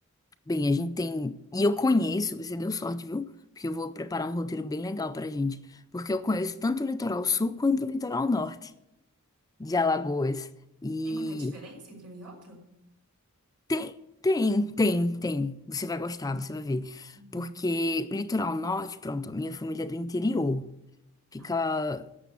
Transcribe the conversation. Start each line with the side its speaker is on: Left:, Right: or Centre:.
Left: Bem, a gente tem. E eu conheço, você deu sorte, viu? Porque eu vou preparar um roteiro bem legal pra gente. Porque eu conheço tanto o litoral sul quanto o litoral norte de Alagoas. E
Right: Tem muita diferença entre um e outro?
Left: tem, tem, tem, tem. Você vai gostar, você vai ver.
Right: Uhum.
Left: Porque o litoral norte, pronto, a minha família é do interior. Fica.
Right: Tá.